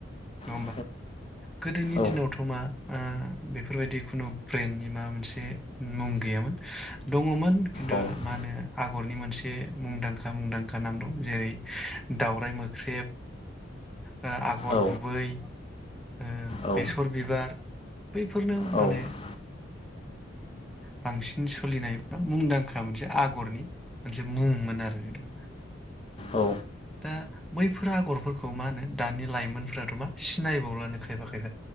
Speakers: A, in the centre; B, on the left (about 30°).
A: नङा
B: औ।
A: गोदोनि
B: औ
A: दिनावथ' मा ओ बेफोरबायदि खुनु ब्रेन्डनि मा मोनसे मुं गैयामोन दङमोन खिन्थु
B: औ
A: मा होनो आगरनि मोनसे मुंदांखा मुंदांखा नाम दं जेरै दावराइ मोख्रेब ओ आगर
B: औ
A: गुबै। ओ
B: औ
A: बेसर बिबार बैफोरनो
B: औ
A: माने बांसिन सोलिनाय मुंदांखा मोनसे आगरनि मोनसे मुं मोन। ना आरो जेनबा
B: औ
A: दा बैफोर आगरफोरखौ मा होनो दानि लाइमोनफोराथ' मा सिनायबावलानो खायफा खायफा।